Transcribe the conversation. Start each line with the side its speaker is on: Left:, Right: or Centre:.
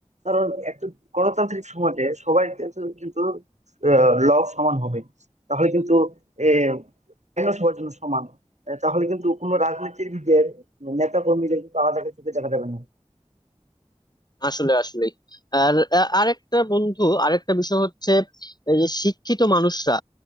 Right: কারণ একটা গণতান্ত্রিক সমাজে সবাই কিন্তু কিন্তু ল সমান হবে তাহলে কিন্তু এ, আইনও সবার জন্য সমান আহ, তাহলে কিন্তু কোনো রাজনৈতিক দিকের নেতা কর্মীদের কিন্তু আলাদা চোখে দেখা যাবে না
Left: আসলে আসলে আর আ- আরেকটা বন্ধু আরেকটা বিষয় হচ্ছে এই যে শিক্ষিত মানুষরা